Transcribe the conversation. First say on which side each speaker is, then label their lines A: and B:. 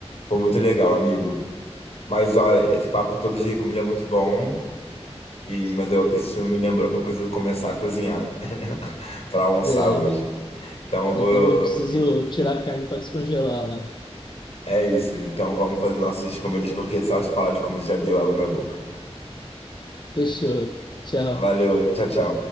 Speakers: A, on the left; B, on the left.
A: Foi muito legal, amigo. Mas, ó, esse papo todo de comida é muito bom. E, mas eu, isso me lembrou que eu preciso começar a cozinhar <laughs> para almoçar
B: É,
A: hoje. Então eu
B: eu
A: vou.
B: também preciso tirar a carne para descongelar lá.
A: É isso. Então vamos fazer nossas comidas, porque só de falar de comida já deu água na boca.
B: Fechou. Tchau.
A: Valeu, tchau, tchau.